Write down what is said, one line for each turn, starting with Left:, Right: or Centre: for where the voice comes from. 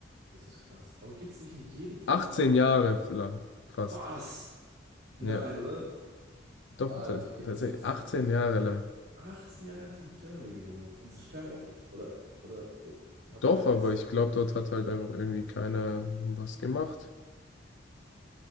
Right: Das ist krass. Aber gibt's nicht in jedem Flughafen.
Left: 18 Jahre lang fast.
Right: Was? Nein,
Left: Ja,
Right: oder?
Left: doch,
Right: Alter,
Left: tats-
Right: okay,
Left: tatsächlich
Right: das wusste
Left: 18
Right: ich nicht.
Left: Jahre lang.
Right: 18 Jahre hat er im Terminal gewohnt und es ist keinem aufgefallen. Oder, oder äh, hat
Left: Doch,
Right: er keiner
Left: aber
Right: was?
Left: ich glaube, dort hat halt einfach irgendwie keiner was gemacht.